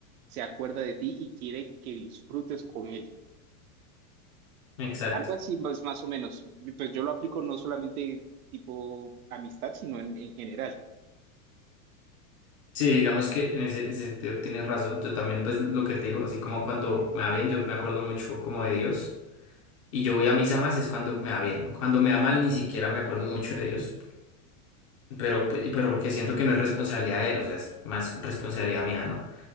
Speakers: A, on the right; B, on the left.
A: se acuerda de ti y quiere que disfrutes con él.
B: Exacto.
A: Algo así más, más o menos. Pues yo lo aplico no solamente tipo amistad, sino en, en general.
B: Sí, digamos que en ese, ese sentido tienes razón. Yo también, pues lo que te digo, así como cuando me va bien, yo me acuerdo mucho como de Dios. Y yo voy a misa más es cuando me va bien. Cuando me va mal, ni siquiera me acuerdo mucho de Dios. pero, p- y- pero porque siento que no es responsabilidad de él, o sea, es más responsabilidad mía, ¿no?